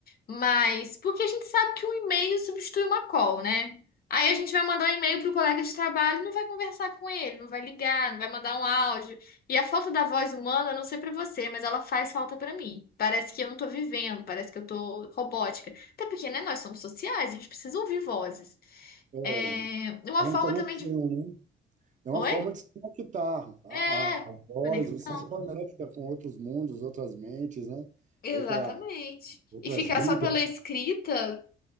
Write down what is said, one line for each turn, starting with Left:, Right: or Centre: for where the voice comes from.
Left: Mas, porque a gente sabe que um e-mail substitui uma call, né? Aí a gente vai mandar um e-mail pro colega de trabalho, e não vai conversar com ele, não vai ligar, não vai mandar um áudio. E a falta da voz humana, eu não sei pra você, mas ela faz falta pra mim. Parece que eu não tô vivendo, parece que eu tô robótica. Até porque, né, nós somos sociais, a gente precisa ouvir vozes.
Right: É, É
Left: É uma
Right: uma
Left: forma
Right: conexão,
Left: também de.
Right: né? É
Left: Oi?
Right: uma forma de se conectar. A,
Left: É,
Right: a, a voz,
Left: conexão.
Right: você se conecta com outros mundos, outras mentes, né?
Left: Exatamente.
Right: Outra, outras
Left: E ficar
Right: vidas.
Left: só pela escrita